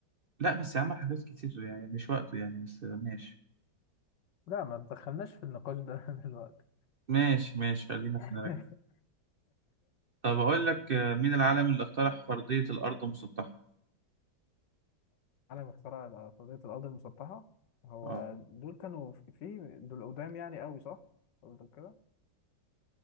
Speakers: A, on the right; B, on the left.
A: لا بس عمل حاجات كتير يعني مش وقته يعني بس آه، ماشي
B: لا ما تدخلناش في النقاش ده <laughs> دلوقتي
A: ماشي ماشي خلينا
B: <laughs>
A: في نرجع طب اقول لك آه، مين العالم اللي اقترح فرضية الارض مسطحة
B: عالم اختراع فرضية الأرض المسطحة هو
A: اه
B: دول كانوا في دول قدام يعني قوي صح؟ قصدك كده؟